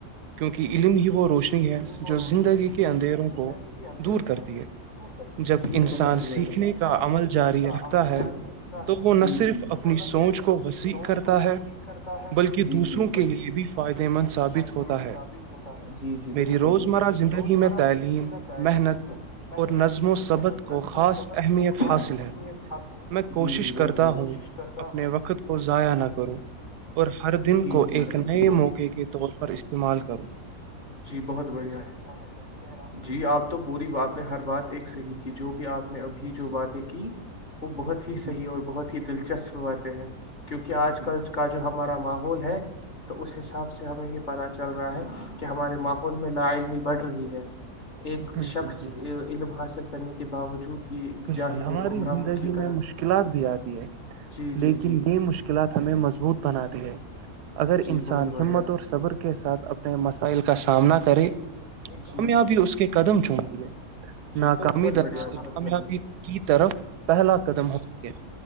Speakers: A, on the right; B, on the left.
A: کیونکہ علم ہی وہ روشنی
B: علم
A: ہے
B: ہی
A: جو
B: روشنی
A: زندگی
B: ہے
A: کے اندھیروں
B: جو زندگی
A: کو
B: کے اندھیروں
A: دور
B: کو
A: کرتی ہے
B: دور کرتی ہے
A: جب
B: جی
A: انسان
B: بہت ہی بڑھیا
A: سیکھنے
B: انسان
A: کا عمل
B: سیکھنے
A: جاری
B: کا
A: رکھتا
B: عمل
A: ہے
B: جاری رکھتا
A: تو
B: ہے
A: وہ نہ
B: جی
A: صرف
B: جی
A: اپنی
B: وہ نہ
A: سوچ
B: صرف
A: کو
B: اپنی
A: وسیع
B: سوچ
A: کرتا
B: کو وسیع
A: ہے
B: کرتا ہے
A: بلکہ
B: جی
A: دوسروں
B: جی بلکہ
A: کے لیے
B: دوسروں
A: بھی فائدے
B: کے لیے
A: مند ثابت
B: بھی فائدے
A: ہوتا
B: مند
A: ہے
B: ثابت ہوتا ہے جی بہت
A: میری روزمرہ
B: بڑھیا میری
A: زندگی
B: روز مرہ
A: میں تعلیم
B: زندگی میں تعلیمی
A: محنت
B: محنت
A: اور نظم و ثبت
B: اور
A: کو
B: نظم
A: خاص
B: و سبت
A: اہمیت
B: کو خاص
A: حاصل
B: اہمیت
A: ہے
B: حاصل ہے
A: میں کوشش
B: جی جی بہت
A: کرتا
B: بڑھیا
A: ہوں
B: کرتا
A: اپنے
B: ہوں
A: وقت کو ضائع نہ کرو اور ہر دن
B: جی
A: کو
B: جی
A: ایک نئے
B: کو
A: موقعے کے طور پر استعمال کرو
B: جی بہت بڑھیا ہے جی آپ تو پوری بات میں ہر بات ایک صحیح کی جو بھی آپ نے ابھی جو باتیں کی وہ بہت ہی
A: جی
B: صحیح اور بہت ک چسپواتے ہیں کیونکہ آج
A: جی
B: کل کا جو ہم ہمارا ماحول ہے تو اس حساب سے ہمیں یہ پتا چل رہا ہے کہ ہمارے ماحول میں لا علمی بڑھ رہی ہے ایک
A: بالکل
B: شخص
A: بالکل
B: علم حاصل کرنے کے باوجود بھی
A: بالکل
B: جاہل اور
A: ہماری
B: گمراہوں
A: زندگی
B: کی طرح
A: میں مشکلات بھی آتی ہیں
B: جی
A: لیکن
B: جی جی
A: یہ مشکلات ہمیں مضبوط بنا دی ہے اگر
B: جی
A: انسان
B: بہت بڑھیا
A: ہمت اور صبر کے ساتھ اپنے مسائل کا سامنا کرے تو کامیابی
B: جی جی
A: اس کے قدم چن دی ہے
B: جی
A: ناکامی
B: تو بہت
A: درل
B: بڑھیا بہت بڑھیا
A: کی طرف پہلا قدم ہوتی ہے